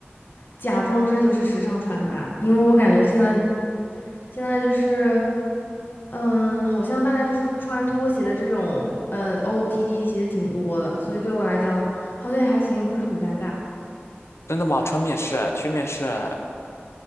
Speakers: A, on the left; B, on the left.
A: 假装这就是时尚穿搭，因为我感觉现在现在就是，嗯，好像大家就是穿拖鞋的这种呃 OOTD 其实挺多的，所以对我来讲好像也还行，不是很尴尬。
B: 真的吗？穿面试啊，去面试啊？